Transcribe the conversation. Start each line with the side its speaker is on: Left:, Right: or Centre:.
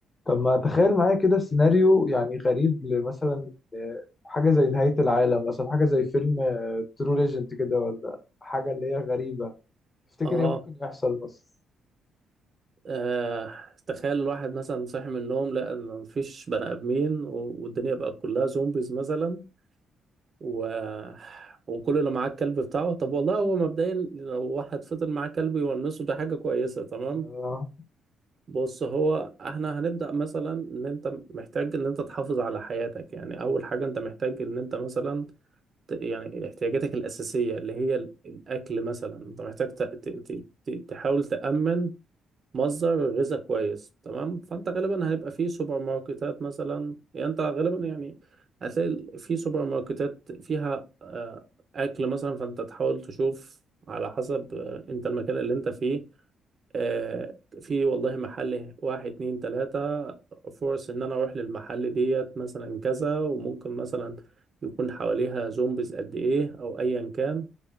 Left: طب ما تخيل معايا كده سيناريو يعني غريب لمثلا آه، حاجة زي نهاية العالم مثلا حاجة زي فيلم ترو ليجنت كده ولا حاجة اللي هي غريبة تفتكر
Right: اه
Left: ايه ممكن يحصل بس
Right: آه، تخيل الواحد مثلا صاحي من النوم لا مفيش بني ادمين و- والدنيا بقى كلها زومبيز مثلا و... وكل اللي معاه الكلب بتاعه طب والله هو مبدئيا لو واحد فضل معاه كلب يونسه ده حاجة كويسة تمام
Left: آه.
Right: بص هو احنا هنبدأ مثلا ان انت محتاج ان انت تحافظ على حياتك يعني اول حاجة انت محتاج ان انت مثلا ت- يعني احتياجاتك الأساسية اللي هي ال- الأكل مثلا انت محتاج ت... ت... ت... ت- تحاول تأمن مصدر غذاء كويس تمام فانت غالبا هيبقى في سوبر ماركتات مثلا يعني انت غالبا يعني هتلاقي في سوبر ماركتات فيها آه، اكل مثلا فانت تحاول تشوف على حسب آه، انت المكان اللي انت فيه آه، في والله محل واحد اتنين تلاتة فرص ان انا اروح للمحل ديت مثلا كذا وممكن مثلا يكون حواليها زومبيز قد ايه او ايا كان